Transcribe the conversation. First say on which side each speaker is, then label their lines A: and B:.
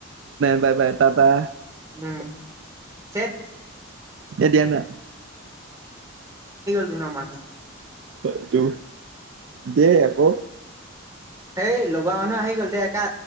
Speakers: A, on the right (about 60°); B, on the right (about 15°).
A: বাহ বে পাপা
B: উম, চেত
A: এ দিয়া না।
B: <unintelligible> মানহে।
A: তটো দে আকৌ।
B: সেই লগোৱা হন হৈ গ'ল তে একা